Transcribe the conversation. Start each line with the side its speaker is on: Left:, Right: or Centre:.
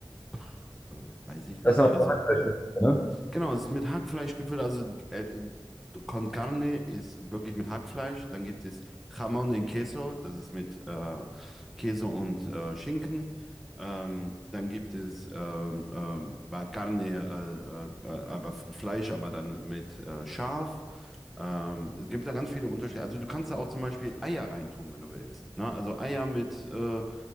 Centre: pf, äh, weiß ich nicht.
Left: Das ist eine
Centre: Also,
Left: Hackfleischmischung, ne?
Centre: genau, es ist mit Hackfleisch gefüllt. Also, äh, äh, con carne ist wirklich mit Hackfleisch. Dann gibt es Jamón en Queso, das ist mit äh, Käse und äh, Schinken. Ähm, dann gibt es ähm, ähm, Carne, äh, äh, äh, aber Fleisch, aber dann mit äh, Schaf. Ähm, es gibt da ganz viele Unterschiede. Also du kannst da auch zum Beispiel Eier reintun, wenn du willst. Ne? Also Eier mit, äh,